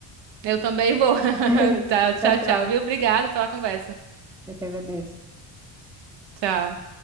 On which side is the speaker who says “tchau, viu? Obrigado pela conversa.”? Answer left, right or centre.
Right